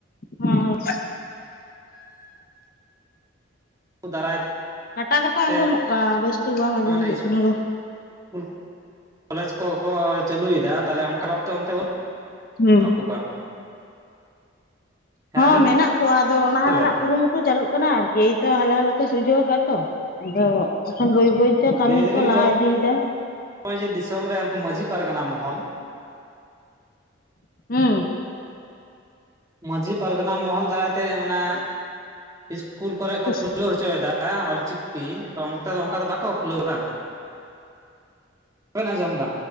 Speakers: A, on the left; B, on the right.
A: ᱦᱩᱸ
B: ᱫᱟᱨᱟᱭ
A: ᱠᱟᱴᱟ ᱠᱟᱴᱟ
B: ᱛᱮ
A: ᱟᱸᱡᱚᱢᱚᱜ ᱠᱟᱱᱟ ᱵᱮᱥ ᱴᱷᱤᱠ ᱵᱟᱝ ᱟᱸᱡᱚᱢ
B: ᱢᱟᱱᱮ
A: ᱦᱩᱭᱩᱜ ᱠᱟᱱᱟ ᱨᱚᱲ
B: ᱤᱥᱠᱩᱞ ᱠᱚᱞᱮᱡᱽ ᱠᱚᱠᱚ ᱪᱟᱹᱞᱩᱭᱮᱫᱟ ᱛᱟᱞᱦᱮ ᱚᱱᱠᱟ ᱵᱷᱟᱵᱛᱮ ᱚᱱᱛᱮ ᱵᱟᱹᱱᱩᱜ
A: ᱦᱩᱸ
B: ᱠᱚᱣᱟ ᱦᱮᱸ
A: ᱦᱚᱸ
B: ᱟᱸᱡᱚᱢ
A: ᱢᱮᱱᱟᱜ ᱠᱚᱣᱟ ᱟᱫᱚ ᱚᱱᱟ
B: ᱫᱟᱵᱮᱱ
A: ᱨᱮᱱᱟᱜ ᱠᱩᱨᱩᱢᱩᱴᱩ ᱪᱟᱹᱞᱩᱜ ᱠᱟᱱᱟ ᱟᱨᱠᱤ ᱮᱭᱛᱚ ᱦᱟᱞᱮ ᱦᱟᱞᱮ ᱠᱚ ᱥᱩᱡᱷᱟᱹᱣ ᱠᱟᱜᱼᱟ ᱛᱚ ᱟᱫᱚ ᱮᱠᱷᱚᱱ ᱵᱟᱹᱭ ᱛᱮ ᱠᱟᱹᱢᱤ
B: ᱞᱟᱹᱭ ᱫᱟᱞᱤᱧ
A: ᱠᱚ ᱞᱟᱦᱟ
B: ᱡᱮ
A: ᱤᱫᱤᱭᱮᱫᱟ
B: ᱱᱚᱜᱼᱚᱭ ᱡᱮ ᱫᱤᱥᱚᱢ ᱨᱮ ᱩᱱᱠᱩ ᱢᱟᱺᱡᱷᱤ ᱯᱟᱨᱜᱟᱱᱟ ᱢᱚᱦᱚᱞ
A: ᱦᱮᱸ
B: ᱢᱟᱺᱡᱷᱤ ᱯᱟᱨᱜᱟᱱᱟ ᱢᱚᱦᱚᱞ ᱫᱟᱨᱟᱭᱛᱮ ᱚᱱᱟ ᱤᱥᱠᱩᱞ ᱠᱚᱨᱮ ᱠᱚ
A: ᱵᱟᱝ
B: ᱠᱷᱩᱞᱟᱹᱣ ᱦᱚᱪᱚᱭᱮᱫᱟ ᱦᱮᱸ ᱚᱞᱪᱤᱠᱤ ᱛᱚ ᱚᱱᱛᱮ ᱫᱚ ᱚᱱᱠᱟ ᱫᱚ ᱵᱟ ᱠᱚ ᱠᱷᱩᱞᱟᱹᱣ ᱮᱫᱟ ᱵᱟᱝᱵᱮᱱ ᱟᱸᱡᱚᱢ ᱮᱫᱟ